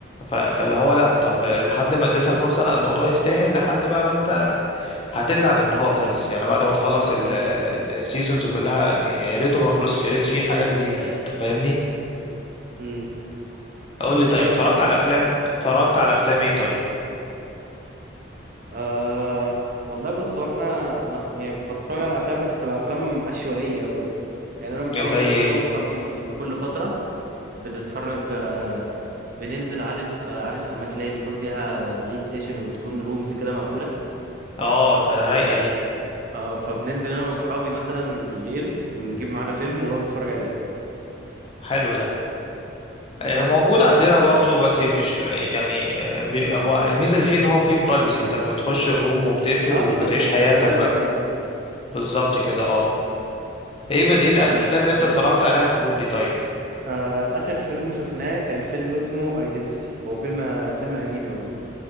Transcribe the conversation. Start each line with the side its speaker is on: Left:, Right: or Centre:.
Left: ف... فاللي هو لا طب لحد ما اديتها الفرصه لا الموضوع يستاهل لحد بقى ما انت هتزعل ان هو خلص يعني بعد ما تخلص ال-
Right: امم
Left: ال- السيزونز كلها يا ريته ما خلصش يا ريت في حاجة جديدة يعني انت فاهمني
Right: امم
Left: اقول
Right: دي
Left: لي طيب
Right: حقيقة
Left: اتفرجت
Right: فعلا
Left: على افلام اتفرجت على افلام ايه طيب
Right: آه والله بص هو احنا انا ب... يعني بتفرج على افلام بس تبقى افلام عشوائيه قوي يعني انا متعود
Left: زي
Right: مثلا
Left: ايه
Right: انا واصحابي كل فتره بنتفرج بننزل عارف عارف اماكن اللي هي بيكون فيها بلاي ستيشن وبتكون رومز كده مقفوله
Left: اه ده رايقة دي
Right: اه فبننزل انا واصحابي مثلا بالليل ونجيب معانا فيلم ونقعد نتفرج عليه
Left: حلو ده آه،
Right: بس
Left: موجود
Right: ف...
Left: عندنا برضه بس مش يعني آه، بي- هو الميزة اللي فيه ان هو فيه برايفسي انت بتخش الروم وبتقفل
Right: اه
Left: وبتعيش
Right: بالظبط بنبقى
Left: حياتك
Right: قاعدين لوحدنا
Left: بقى بالظبط كده اه ايه ب- ايه
Right: بس
Left: الافلام
Right: فبنت...
Left: اللي انت اتفرجت عليها في الروم دي طيب
Right: آه اخر فيلم شفناه كان فيلم اسمه ايدنتيتي هو فيلم فيلم قديم قوي